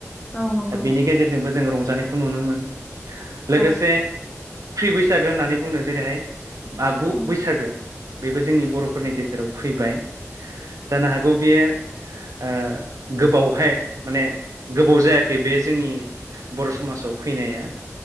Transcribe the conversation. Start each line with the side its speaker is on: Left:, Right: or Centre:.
Left: औ नंगौ
Right: बेनि गेजेरजोंबो जों रंजानायखौ नुनो मोन। लोगोसे
Left: औ
Right: फ्रि बैसागो होननानै बुंदों जेरैहाय आगु
Left: औ
Right: बैसागो बेबो जोंनि बर'फोरनि गेजेराव फैबाय। दाना हागौ बे ओ गोबावहाय माने गोबाव जायाखै बे जोंनि बर' समासाव फैनाया